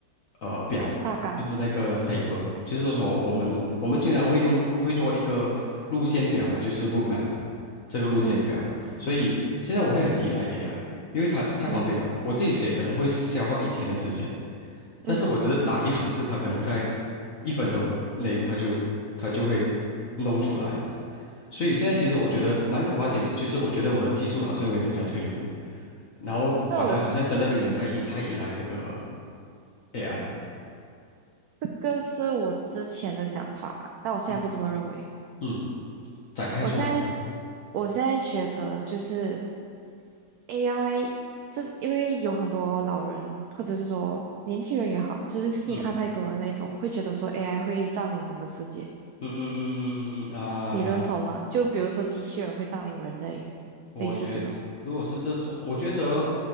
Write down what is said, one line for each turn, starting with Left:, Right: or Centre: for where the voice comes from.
Left: 呃表，
Right: 大纲，
Left: 就是那个 table，就是说我们我们经常会用会做一个路线表嘛，
Right: 嗯
Left: 就是 road map 这个路线表，
Right: 嗯
Left: 所以现在我会很依赖 AI，因为它太方便了，
Right: 嗯
Left: 我自己写可能会消耗一天的时间，但是我只是打一行字，
Right: 嗯，
Left: 它可能在一分钟内它就它就会弄出来了。所以现在其实我觉得蛮可怕的点，就是我觉得我的技术好像有点在退步，然后反而好像真的有点在依太依赖这个
Right: 那我。嗯。
Left: AI。
Right: 这个是我之前的想法啊，但我现在不这么认为。
Left: 嗯，嗯，展开说说。
Right: 我现在，我现在觉得就是 AI，这是因为有很多老人或者是说年轻人也好，就是戏看太多的那种，
Left: 嗯
Right: 会觉得说 AI 会占领整个世界，
Left: 嗯嗯嗯嗯嗯嗯啊。
Right: 你认同吗？就比如说机器人会占领人类，
Left: 我觉得，
Right: 类似这种。
Left: 如果是这种，我觉得，